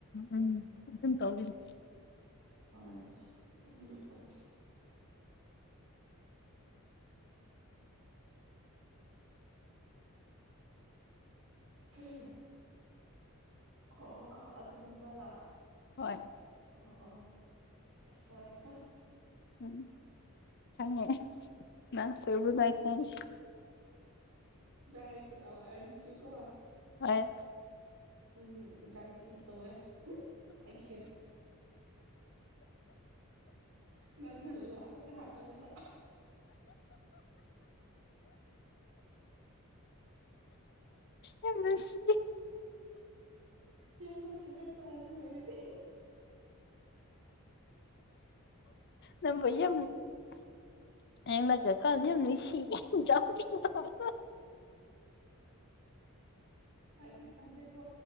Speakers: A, on the left; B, on the right.
A: ꯎꯝ ꯑꯗꯨꯝ ꯇꯧꯒꯅꯤ
B: ꯍꯣꯏ ꯑꯗꯨꯃꯥꯏꯅ ꯇꯧ ꯀꯔꯤ ꯍꯣ ꯑꯣ ꯑꯗꯨꯒꯨꯝꯕꯔꯥ
A: ꯍꯣꯏ
B: ꯑꯍꯣ ꯑꯣ ꯑꯁ ꯁꯣꯢꯔꯦꯀꯣ
A: ꯎꯝ ꯈꯪꯉꯦ ꯅꯪ ꯁꯣꯏꯕꯗꯣ ꯑꯩ ꯈꯪꯏ
B: ꯅꯥꯏ ꯀꯣ ꯑꯣ ꯑꯩꯒꯤꯁꯨꯨꯀꯣ
A: ꯑꯥꯌꯦ
B: ꯎꯝ ꯏꯆꯥꯅꯨꯄꯤꯅ ꯇꯧꯋꯦ ꯍꯥꯏꯒꯦ ꯅꯟꯅ ꯂꯥꯔꯀ ꯑꯩꯉꯨꯟꯗ
A: ꯌꯥꯅꯁꯤ
B: ꯌꯥꯝꯅ ꯊꯥꯒꯠꯆꯔ ꯑꯗꯨ ꯑꯣꯏꯔꯗꯤ
A: ꯅꯝꯕꯨ ꯌꯝ <unintelligible>
B: ꯑꯥꯏꯗꯤ ꯈꯪꯗꯦꯀꯣ